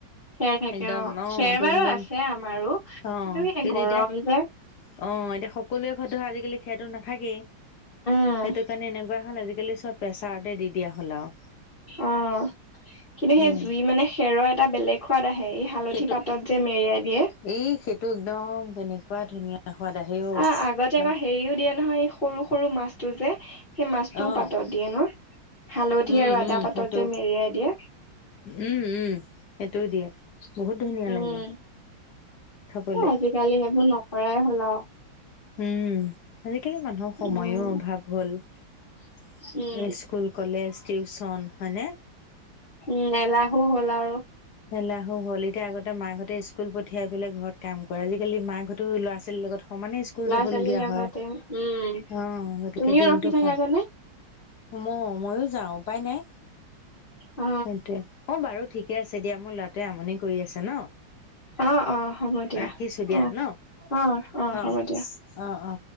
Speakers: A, on the left; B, on the left.
A: খেৰ থাকে
B: একদম
A: অ খেৰ
B: দম
A: বাৰু
B: দম
A: আছে আমাৰো কিন্তু
B: অ
A: এ গৰম
B: এতিয়া
A: যে
B: অ এতিয়া সকলোৱে ঘৰত ধৰ আজিকালি খেৰটো নাথাকেই সেইটো
A: উম
B: কাৰণে এনেকুৱা হ'ল আজিকালি চব প্ৰেছাৰতে দি দিয়া হল আৰু
A: অ কিন্তু সেই
B: উম
A: জুই মানে খেৰৰ এটা বেলেগ সোৱাদ আহে এই হালধি
B: সেইটো
A: পাতত যে মেৰিয়াই দিয
B: এই সেইটো একদম কেনেকুৱা ধুনীয়া সোৱাদ আহে
A: অ আগতে
B: মানে
A: আকৌ হেৰিও দিয়ে নহয় সৰু সৰু মাছটো যে সেই মাছটোও
B: অ
A: পাতত দিয়ে ন হালধি
B: উম
A: আৰু আদা
B: উম
A: পাতত
B: সেইটো
A: যে মেৰিয়াই দিয়ে
B: উম উম সেইটোও দিয়ে বহুত ধুনীয়া
A: উম
B: লাগে খাবলে
A: আজিকালি সেইবোৰ নকৰাই হ'ল আৰু
B: উম আজিকালি মানুহৰ সময়ো
A: উম
B: অভাৱ হ'ল
A: উম
B: স্কুল কলেজ টিউচন হয়নে
A: উম এলাহো হ'ল আৰু
B: ঘলে আহু হলিতা আগতে মাকহঁতে স্কুল পঠিয়াই পেলাই ঘৰত কাম কৰে আজিকালি মাকহঁতো ল'ৰা ছোৱালীৰ লগত সমানে স্কুল
A: ল'ৰা
B: যাবলগীয়া
A: ছোৱালীৰ লগতে
B: হয়
A: উম
B: অ গতিকে
A: তুমিও
B: দিনটো
A: ৰখি থাকাগৈ
B: হম
A: নে
B: ম মইও যাওঁ উপায় নাই
A: অ
B: সেইটোয়ে অ বাৰু ঠিকে আছে দিয়া মোৰ লৰাটোৱে আমনি কৰি আছে ন
A: অ অ হ'ব দিয়া
B: ৰাখিছো দিয়া
A: অ
B: ন
A: অ
B: অ
A: হ'ব দিয়া
B: অ অ